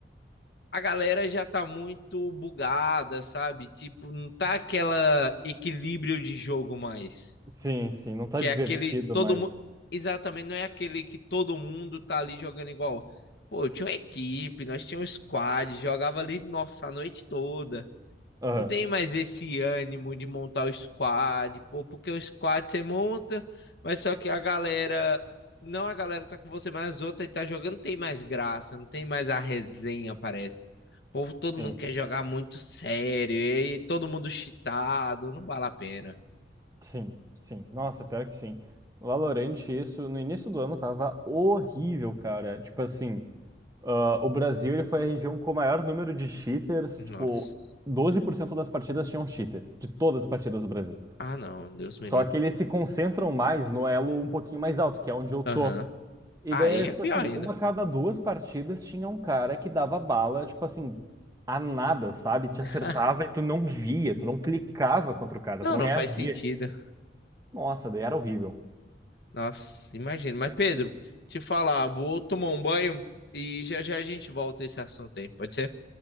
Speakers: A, on the left (about 65°); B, on the right (about 20°).
A: a galera já tá muito bugada, sabe? Tipo, não tá aquela equilíbrio de jogo mais.
B: Sim, sim. Não tá
A: Que
B: divertido,
A: é aquele todo
B: mas.
A: mundo. Exatamente, não é aquele que todo mundo tá ali jogando igual. Pô, eu tinha uma equipe, nós tínhamos squad, jogava ali, nossa, a noite toda.
B: Aham.
A: Não tem mais esse ânimo de montar o squad, pô, porque o squad você monta, mas só que a galera, não a galera tá com você, mas as outras que tá jogando tem mais graça, não tem mais a resenha, parece. O povo, todo
B: Sim,
A: mundo quer jogar muito sério, e aí todo mundo cheatado, não vale a pena.
B: sim, sim. Nossa, pior que sim. Valorant, isso no início do ano tava horrível, cara. Tipo assim, ah, o Brasil ele foi a região com o maior número de cheaters.
A: Nossa.
B: Tipo, 12% das partidas tinham cheater, de todas as partidas do Brasil.
A: Ah, não, Deus me
B: Só
A: livre.
B: que eles se concentram mais no elo um pouquinho mais alto, que é onde eu tô.
A: Aham.
B: E
A: Aí
B: daí era
A: é
B: tipo
A: pior
B: assim,
A: ainda.
B: uma a cada duas partidas tinha um cara que dava bala, tipo assim, a nada, sabe? Te
A: <laughs>
B: acertava e tu não via, tu não clicava contra o cara,
A: Não,
B: tu não
A: não
B: reagia.
A: faz sentido.
B: Nossa, daí era horrível.
A: Nossa, imagino. Mas, Pedro, te falar, vou tomar um banho e já já a gente volta a esse assunto aí. Pode ser?